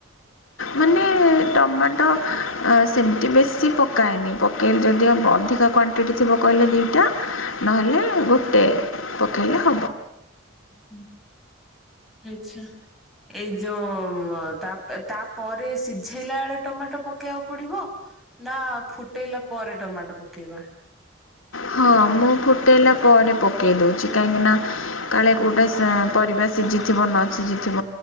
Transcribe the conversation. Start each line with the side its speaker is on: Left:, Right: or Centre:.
Left: ମାନେ ଟମାଟୋ ଆ ସେମିତି ବେଶୀ ପକାଏନି ପକେଇଲେ ଯଦି ହବ ଅଧିକା କ୍ୱାଣ ଗିଟି ଥିବ କହିଲେ ଦୁଇଟା ନହେଲେ ଗୋଟେ ପକେଇଲେ ହ
Centre: ହୁଁ ହୁଁ ହୁଁ ଆଚ୍ଛା। ଏଇ ଯୋଉ ତା ପେ ତା ପରେ ସିଝେଇଲା ଏଳେ ଟମାଟୋ ପକେଇବାକୁ ପଡିବ ନା ଫୁଟେଇଲା ପରେ ଟମାଟୋ ପକେଇବା।
Left: ହଁ ମୁଁ ଫୁଟେଇଲା ପରେ ପକାଇ ଦଉଚି କାହିଁକିନା କାଳେ କେଉଁଟା ସେଁ ପରିବା ସିଝିଥିବ ନ ସିଝିଥିବ